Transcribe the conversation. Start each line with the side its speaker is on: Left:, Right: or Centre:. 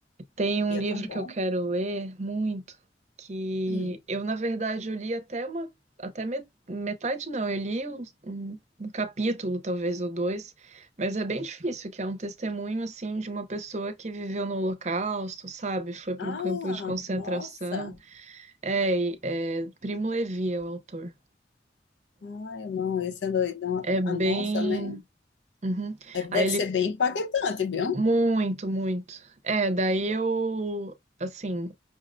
Right: Tem um
Left: E é
Right: livro
Left: tão bom.
Right: que eu quero ler muito, que
Left: Hum.
Right: eu, na verdade, eu li até uma, até me- metade não, eu li um, um- um capítulo, talvez, ou dois, mas é bem difícil, que é um testemunho, assim, de uma pessoa que viveu no Holocausto, sabe? Foi para
Left: Ah,
Right: um campo de concentração.
Left: nossa.
Right: É, e- é Primo Levi é o autor.
Left: Ai, não, esse é doidão.
Right: É bem...
Left: A nossa, né?
Right: Uhum.
Left: É, Deve
Right: Aí ele...
Left: ser bem impactante, viu?
Right: Muito, muito. É, daí eu... Assim,